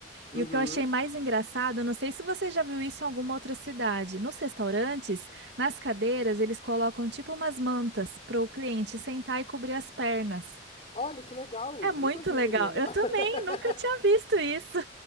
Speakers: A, on the left; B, on the right.
A: Uhum.
B: E o que eu achei mais engraçado, não sei se você já viu isso em alguma outra cidade. Nos restaurantes, nas cadeiras, eles colocam tipo umas mantas para o cliente sentar e cobrir as pernas.
A: Olha, que legal!
B: É muito
A: Nunca vi,
B: legal.
A: menina.
B: Eu também
A: <laughs>
B: nunca tinha visto isso.